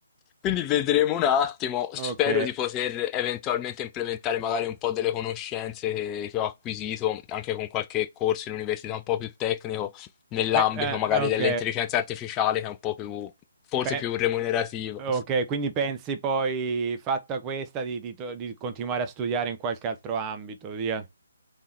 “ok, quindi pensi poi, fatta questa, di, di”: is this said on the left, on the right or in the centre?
Right